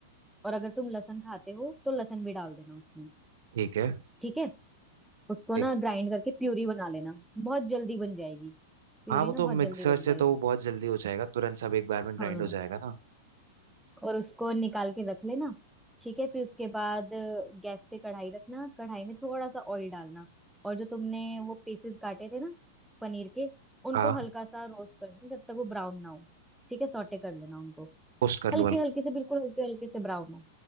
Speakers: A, in the centre; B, on the right.
A: और अगर तुम लहसुन खाते हो तो लहसुन भी डाल देना उसमें
B: ठीक है
A: ठीक है उसको
B: एक
A: ना ग्राइंड करके प्यूरी बना लेना बहुत जल्दी बन जाएगी प्यूरी
B: हाँ वो
A: ना
B: तो
A: बहुत
B: मिक्सर
A: जल्दी बन
B: से
A: जाएगी
B: तो वो बहुत जल्दी हो जाएगा तुरंत सब एक बार में ग्राइंड
A: हाँ
B: हो जाएगा ना
A: और उसको निकाल के रख लेना ठीक है फिर उसके बाद गैस पे कढ़ाई रखना कढ़ाई में थोड़ा सा ऑयल डालना और जो तुमने वो पीसेस काटे थे ना पनीर के उनको
B: हाँ
A: हल्का सा रोस्ट करना जब तक वो ब्राउन ना हो ठीक है सौटे कर लेना उनको
B: पोस्ट कर लूँ
A: हल्के
B: हल्का
A: हल्के से बिल्कुल हल्के हल्के से ब्राउन हो